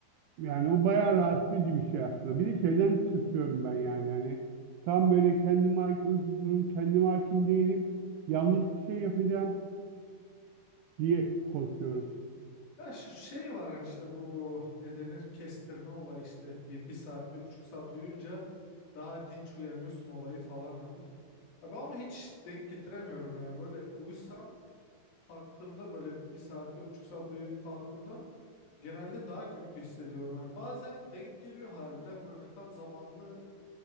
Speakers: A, on the right; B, on the left.
A: Yani o bayağı rahatsız edici bir şey aslında. Bir de şeyden tırsıyorum ben yani. Yani tam böyle kendime ha- uykusuzum, kendime hakim değilim. Yanlış bir şey yapacağım diye korkuyorum.
B: Ya şu şey var hani işte bu ne denir kestirme olayı işte bir, bir saat bir buçuk saat uyunca daha dinç uyanıyorsun olayı falan hani. Ya ben onu hiç denk getiremiyorum yani böyle uyusam kalktığımda böyle bir saat bir buçuk saat uyuyup kalktığımda genelde daha kötü hissediyorum. Hani bazen denk geliyor harbiden böyle tam zamanlı